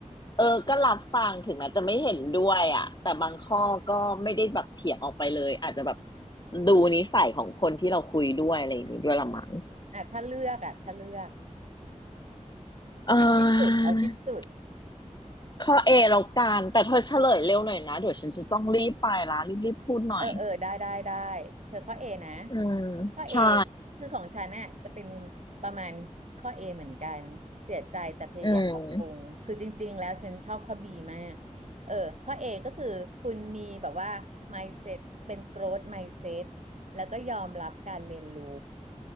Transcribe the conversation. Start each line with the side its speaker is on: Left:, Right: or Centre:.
Left: เออก็รับฟังถึงแม้จะไม่เห็นด้วยอ่ะแต่บางข้อก็ไม่ได้แบบเถียงออกไปเลยอาจจะแบบดูนิสัยของคนที่เราคุยด้วยอะไรอย่างนี้ด้วยละมั้ง
Right: อ่ะถ้าเลือกอ่ะถ้าเลือก
Left: อ่า
Right: เอาที่สุด เอาที่สุด
Left: ข้อเอแล้วกันแต่เธอเฉลยเร็วหน่อยนะเดี๋ยวฉันจะต้องรีบไปละรีบรีบพูดหน่อย
Right: เออเออ ได้ได้ได้ เธอข้อเอนะ
Left: อืม
Right: ข้อเอ
Left: ใช่
Right: คือของฉันน่ะจะเป็นประมาณข้อเอเหมือนกัน เสียใจแต่พยายามปรับปรุง
Left: อืม
Right: คือจริงๆแล้วฉันชอบข้อบีมาก เออข้อ A ก็คือคุณมีแบบว่า mindset เป็น growth mindset แล้วก็ยอมรับการเรียนรู้